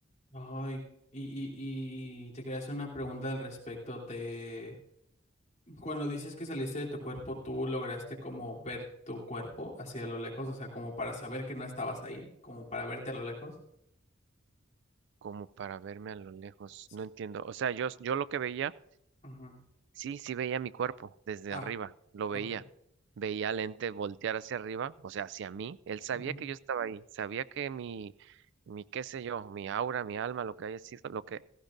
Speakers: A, on the left (about 35°); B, on the right (about 60°).
A: Ay, y, y, y te quería hacer una pregunta al respecto. ¿Te, Cuando dices que saliste de tu cuerpo, ¿tú lograste como ver tu cuerpo hacia lo lejos? O sea, como para saber que no estabas ahí, como para verte a lo lejos.
B: Como para verme a lo lejos,
A: S-
B: no entiendo. O sea, yo, yo lo que veía
A: ujú.
B: Sí, sí veía mi cuerpo desde
A: Ah,
B: arriba, lo
A: ok.
B: veía. Veía al ente voltear hacia arriba, o sea, hacia mí. Él sabía
A: Ujú,
B: que yo estaba ahí, sabía que mi, mi qué sé yo, mi aura, mi alma, lo que haya sido, lo que